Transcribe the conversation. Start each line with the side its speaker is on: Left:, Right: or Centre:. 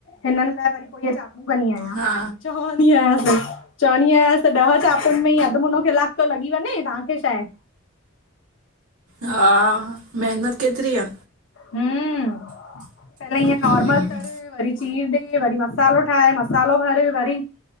Left: हिननि लाइ, वरी पोइ इहे चापू कंदी आहियां।
Right: हा।
Left: चवंदी अयांसि चवंदी अयांसि ॾह चापुनि में ई अधु मुनो कलाकु तो लॻी वञे तव्हांखे छा आहे।
Right: हा, मेहनत केतिरी आ।
Left: हं, पहले इअं
Right: हम्म,
Left: नोर्मल तर वरी चीर ॾे, वरी मसालो ठाहे मसालो भर वरी